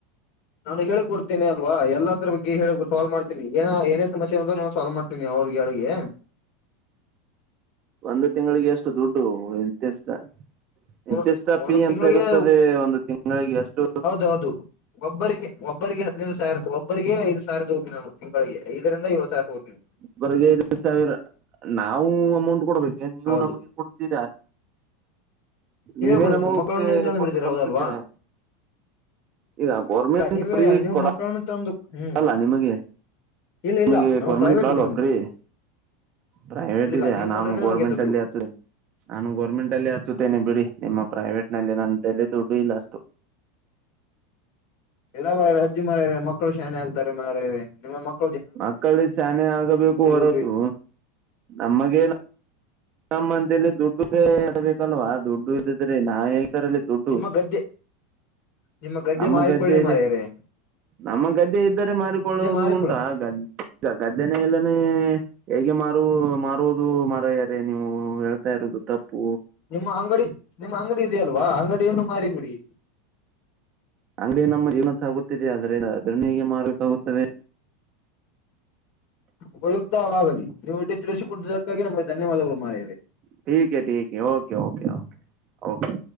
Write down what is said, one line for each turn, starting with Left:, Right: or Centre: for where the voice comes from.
Left: ನಾನು ಹೇಳಿ ಕೊಡುತ್ತೆನೆಲ್ವಾ ಎಲ್ಲಾದರ ಬಗ್ಗೆ ಹೇಳ ಸಾಲ್ವ್ ಮಾಡ್ತೀನಿ ಏ ಏನ ಸಮಸ್ಯೆಂದ್ರ ನಾನ ಸಾಲ್ವ ಮಾಡ್ತನಿ ತಿನಿ ಅವ್ರಿಗಳಿಗೆ
Right: ಒಂದು ತಿಂಗಳಿಗೆ ಎಷ್ಟು ದುಡ್ಡು ಇಂತಿಷ್ಟ ಇಂತಿಷ್ಟ
Left: ಒ- ಒಂದು
Right: ಪಿ
Left: ತಿಂಗಳಿಗೆ
Right: ಅಂತ ಇರುತ್ತದೆ ಒಂದು ತಿಂಗಳಿಗೆ ಎಷ್ಟು
Left: ಹೌದು ಒಬ್ಬರಿಗೆ ಒಬ್ಬರಿಗೆ ಹದಿನೈದು ಸಾವಿರದ ಒಬ್ಬರಿಗೆ ಐದ್ ಸಾವಿರ ತಗೋತೀನಿ ಅಂದ್ರ ತಿಂಗಳಿಗೆ ಐದರಿಂದ ಏಳ ಸಾವಿರ ತೊಗತೀನಿ
Right: ಒಬ್ಬರಿಗೆ ಐದ್ ಸಾವಿರ ನಾವು ಅಮೌಂಟ್ ಕೊಡ್ಬೇಕೇನ ನೀವು
Left: ಹೌದು
Right: ನಮಗೆ ಕೊಡ್ತೀರಾ ನೀವೇ
Left: ಕೊಡ್ಬೇಕು
Right: ನಮಗೆ
Left: ಮಕ್ಕಳನ್ನು ನೀವು ತಂದು
Right: ಕೊಟ್ಟು
Left: ಬಿಡ್ತೀರಾ
Right: ಕಲ್ಸುತ್ತೀರಾ
Left: ಹೌದಲ್ವಾ
Right: ಈಗ ಗೋರ್ಮೆಂಟ್
Left: ಇಲ್ಲ ನೀವೇ
Right: ಫ್ರೀ
Left: ನೀವು
Right: ಕೊಡ
Left: ಮಕ್ಕಳನ್ನು ತಂದು ಹ್ಮ್
Right: ಕೊಡಲ್ಲ ನಿಮಗೆ
Left: ಇಲ್ಲ
Right: ನಿಮಗೆ
Left: ಇಲ್ಲ ನಾವು
Right: ಗೋರ್ಮೆಂಟ್
Left: ಪ್ರೈವೇಟ್
Right: ಕೊಡಲ್ಲವಾ
Left: ಇದೆ ನಮ್ದು
Right: ಪ್ರೀ ಪ್ರೈವೇಟ್
Left: ಇಲ್ಲ
Right: ಇದೆಯಾ
Left: ನೀವು
Right: ನಾಮು
Left: ಕೊಟ್ರನೆ ನಮಗೆ
Right: ಗೋರ್ಮೆಂಟ್
Left: ದುಡ್ಡು
Right: ಅಲ್ಲಿ ಹಚ್ಚ ನಾನು ಗೋರ್ಮೆಂಟ್ ಅಲ್ಲಿ ಹಚ್ಚುತ್ತೇನೆ ಬಿಡಿ ನಿಮ್ಮ ಪ್ರೈವೇಟ್ ನಲ್ಲಿ ನನ್ನ ತಲಿ ದುಡ್ಡು ಇಲ್ಲ ಅಷ್ಟು
Left: ಇಲ್ಲ ಮಾರಾಯರೇ ಹಚ್ಚಿ ಮಾರಾಯರೇ ಮಕ್ಕಳು ಶಾಣೆ ಆಗ್ತಾರೆ ಮಾರಾಯರೇ ನಿಮ್ಮ ಮಕ್ಕ
Right: ಮಕ್ಕಳು ಶಾಣೆ ಆಗಬೇಕು ಹೊರತು
Left: ಉಪಯ
Right: ನಮಗೇ ನಮ್ಮಂದಲ್ಲಿ ದುಡ್ಡುದೆ ಲ್ವಾ ದುಡ್ಡು ಇದಿದ್ರೆ ನಾ ಎಲ್ಲತ್ತರಲ್ಲಿ ದುಡ್ಡು
Left: ನಿಮ್ಮ ಗದ್ದೆ ನಿಮ್ಮ ಗದ್ದೆ
Right: ನಮ್ಮ
Left: ಮಾರಿಕೊಳ್ಳಿ
Right: ಇದೆ
Left: ಮಾರಯರೇ
Right: ನಮ್ಮ ಗದ್ದೆ ಇದ್ದರೆ ಮಾರಿಕೊಳ್ಳೋದು
Left: ಮಾರಿಕೊಳ್ಳಿ
Right: ಉಂಟಾ ಗದ್ದೆ ಈಗ ಗದ್ದನ ಎಲ್ಲಾನೇ ಹೇಗೆ ಮಾರು ಮಾರುವುದು ಮರ ಅ ನೀವು ಹೇಳ್ತಾ ಇರುೋದು ತಪ್ಪು
Left: ನಿಮ್ಮ್ ಅಂಗಡಿ ನಿಮ್ಮ್ ಅಂಗಡಿ ಇದೆಯಲ್ವಾ ಅಂಗಡಿಯನ್ನು ಮಾಡ ಕುಡಿ
Right: ಅಂಗಡಿ ನಮ್ಮ ಜೀವನ ಸಾಗುತ್ತಿದೆ ಆದದ್ರ ಅದರಣಿಗೆ ಮಾರ್ಬೇಕಾಗುತ್ತದೆ
Left: ಉಪಯುಕ್ತವಾಗಲಿ ನೀವು ಇ ತಿಳಿಸಿಕಡಕ್ಕಾಗಿ ನಮಗೆ ಧನ್ಯವಾದಗಳು ಮಾಡವೆ
Right: ಟಿಕೆ ಟಿಕೆ ಓಕೆ ಓಕೆ ಓಕೆ